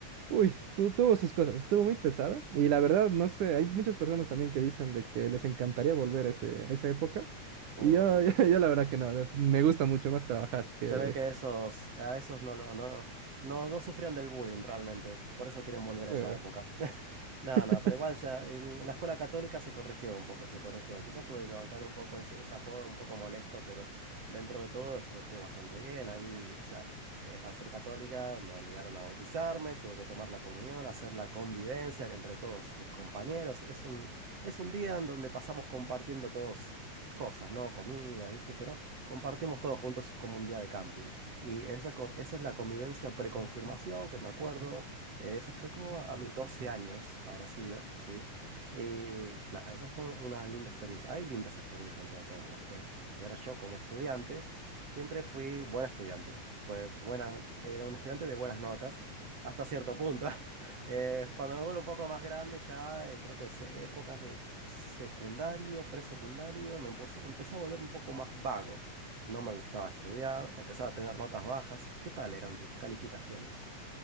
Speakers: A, on the right; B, on the right.
A: Uy, tu- tuvo sus cosas, estuvo muy pesada y la verdad, no sé, hay muchas personas también que dicen de que les encantaría volver a, ese- a esa época
B: Mm,
A: y yo, <laughs> yo, yo la verdad que no, de- me gusta mucho más trabajar que...
B: Se ve que esos, a esos no lo, no, no, no, no sufrían del bullying realmente. Por eso quieren volver a
A: eh.
B: esa época. <laughs> No,
A: <laughs>
B: no, pero igual ya en la escuela católica se corrigió un poco, se corrigió. Quizás tuve que bancar un poco ese, ese apodo un poco molesto, pero dentro de todo esto estuvo bastante bien. Ahí, o sea, eh, al ser católica me obligaron a bautizarme, tuve que tomar la comunión, hacer la convivencia que entre todos mis compañeros. Es un, es un día en donde pasamos compartiendo todos cosas, ¿no? Comida, ¿viste? Pero compartimos todos juntos como un día de camping. Y esa es, co- esa es la convivencia preconfirmación, que me acuerdo, eh, eso fue como a mis 12 años, habrá sido, ¿sí? Y nada, esa fue un- una linda experiencia. Hay lindas experiencias dentro de todas en la escuela. Y ahora yo como estudiante, siempre fui buen estudiante. Fue buena, era un estudiante de buenas notas, hasta cierto punto. <laughs> Eh, cuando me vuelvo un poco más grande, ya eh, creo que se- épocas de secundario, presecundario, me empose- empecé a volver un poco más vago. No me gustaba estudiar, empezaba a tener notas bajas. ¿Qué tal eran tus calificaciones?